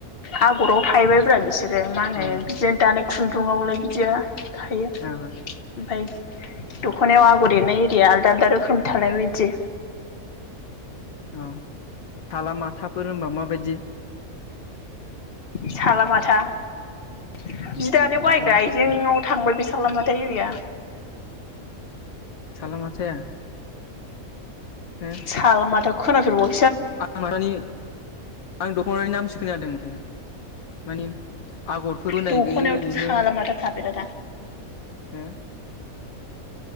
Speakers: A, on the left; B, on the left.
A: आगराव थाहैबायब्रा बिसोरो मा होनो
B: औ
A: बिदिनो दानाय खुन्दुंआवलाय बिदिया थायो ओमफाय
B: औ
A: दख'नायाव आगर एरनाय एरिया आलदा आलदा रोखोम थालायबाय इदि।
B: औ थाला माथाफोर होनबा माबायदि?
A: साला माथा जि दानो बायग्रा
B: ओ
A: आइजेंआव थांबाय बि साला माथा इरिया।
B: साला माथाया? हो
A: साला माथाखौ खोनाफेरबावा
B: आं माबानि आं दख'नाानि नामसो खोनासो खोनादों माथो माने आगरफोर बोनाय
A: दख'नायावथ'
B: गैयि ओरैनो
A: सालामाथा थाफेरा दा
B: हो?